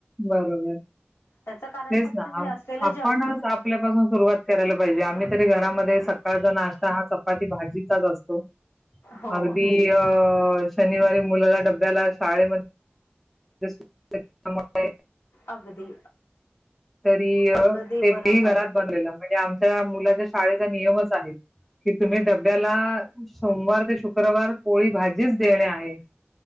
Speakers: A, in the centre; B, on the left.
A: बरोबर.
B: त्याच कारण
A: तेच
B: फक्त
A: ना.
B: हे
A: आप
B: असलेलं
A: आपणच
B: जक
A: आपल्यापासून सुरुवात करायला पाहिजे आम्ही तरी घरामध्ये सकाळचा नाश्ता हा चपाती, भाजीचाच असतो
B: हो.
A: अगदी शनिवारी मुलाला डब्याला शाळेमध्ये <inaudible>
B: अगदी.
A: तरी ते
B: अगदी बरोबर
A: तेही घरात बनलेलं म्हणजे आम आमच्या मुलाच्या शाळेचा नियमच आहेत की तुम्ही डब्याला सोमवार ते शुक्र शक्रवार पोळी भाजीच देणे आहे.